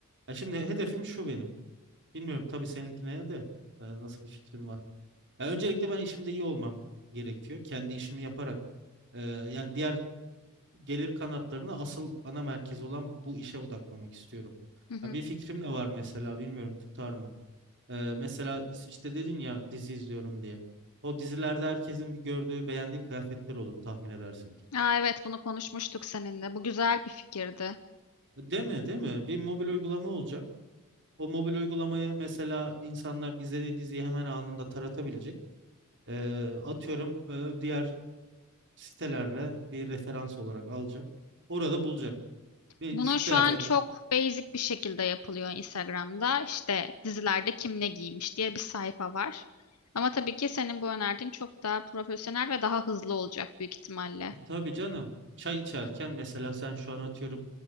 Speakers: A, on the right; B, on the left.
A: Ya şimdi hedefim şu benim. Bilmiyorum tabii seninkine de e, nasıl bir fikrin var. Ya öncelikle ben işimde iyi olmam gerekiyor. Kendi işimi yaparak e, yani diğer gelir kanatlarını asıl ana merkez olan bu işe odaklamak istiyorum.
B: Hı hı.
A: Ha, bir fikrim de var mesela bilmiyorum tutar mı? E, mesela işte dedin ya dizi izliyorum diye. O dizilerde herkesin bir gördüğü beğendiği kıyafetler olur tahmin edersin ki.
B: Aa, evet bunu konuşmuştuk seninle. Bu güzel bir fikirdi.
A: E, Değil mi değil mi? Bir mobil uygulama olacak. O mobil uygulamayı mesela insanlar izlediği diziyi hemen anında taratabilecek. E, atıyorum e, diğer sitelerle bir referans olarak alacak. Orada bulacak. Ve
B: Bunu
A: şu kıyafet
B: şu an çok basic bir şekilde yapılıyor Instagram'da. İşte dizilerde kim ne giymiş diye bir sayfa var. Ama tabii ki senin bu önerdiğin çok daha profesyonel ve daha hızlı olacak büyük ihtimalle.
A: E, tabii canım. Çay içerken mesela sen şu an atıyorum